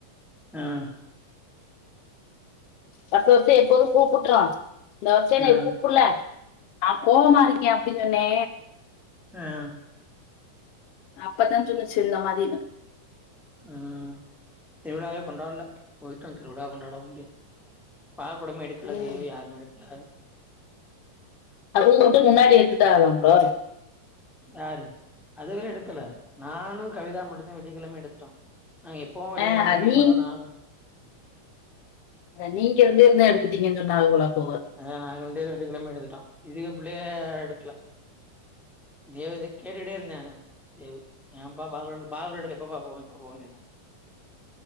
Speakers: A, in the centre; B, on the left (about 80°).
A: ஆஹ
B: வருஷ வருஷம் எப்போது கூப்புட்றான் இந்த வருஷோ எனைக்
A: ஆ
B: கூப்புடுல நான் கோவமா இருக்கே அப்டின்னு சொன்னே
A: ஆஹ
B: அப்பதா சொன்னுச்சு இந்த மாரினு
A: உம் திருவிழாவே கொண்டாடல போயிட்டோ திருவிழா கொண்டாடவு முடியாது பால்குடம் எடுக்கல
B: ம்
A: தீயு யாருமே எடுக்கல
B: அப்பமுட்டு முன்னாடி எடுத்ட்டு ஆவாங்களோ
A: யாரு அதுவே எடுக்கல நானு கவிதா மட்டும்தா வெள்ளிக்கெழம எடுத்துட்டோம் நாங்க போ ஒரு
B: ஆ
A: கிலோமீட்டக்கு
B: நீ
A: <unintelligible> நானு
B: நீங்க இருந்து இருந்தே எத்துட்டீங்கன்னுன்னா அவலா போகவேன்
A: அதா நாங்க ரெண்டு பேரும் வெள்ளிக்கெழமை எடுத்துட்டோம் இதுங்க பிள்ளைங்க எடுக்கல தேவ கேட்டுட்டே இருந்தே ஏ பாப்பா பால் எடுக்க எப்ப <unintelligible>